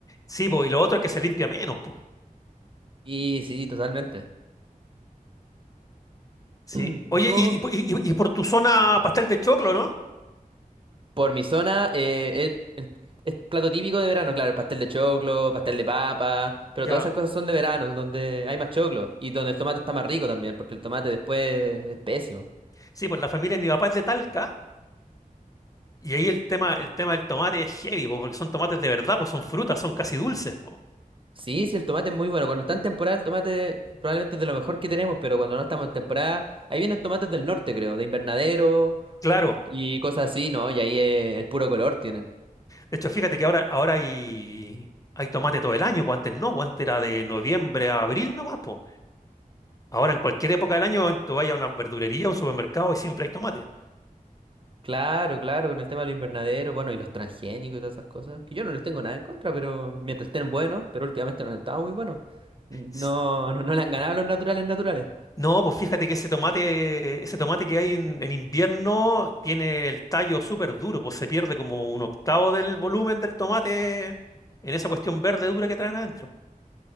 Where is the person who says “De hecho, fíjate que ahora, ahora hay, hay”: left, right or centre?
Left